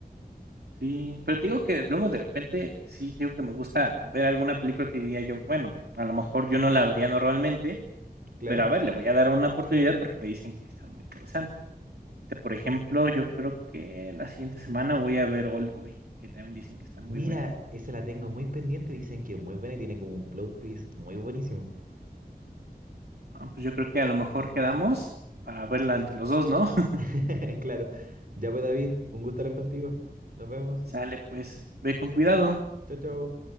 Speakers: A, on the right; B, on the right.
A: Sí, pero te digo que luego de repente sí te digo que me gusta ver alguna película que diría yo, bueno, a lo mejor yo no la vería normalmente,
B: Claro.
A: pero a ver, le voy a dar una oportunidad porque me dicen que está muy interesante. Ahorita, por ejemplo, yo creo que la siguiente semana voy a ver Oldboy, que también dicen que está muy
B: Mira,
A: buena.
B: esa la tengo muy pendiente. Dicen que es muy buena y tiene como un plot twist muy buenísimo.
A: Ah, pues yo creo que a lo mejor quedamos para verla entre los dos, ¿no? <laughs>
B: <laughs> Claro. Ya pues, David, un gusto hablar contigo. Nos vemos.
A: Sale, pues, ve con cuidado.
B: Chao, chao.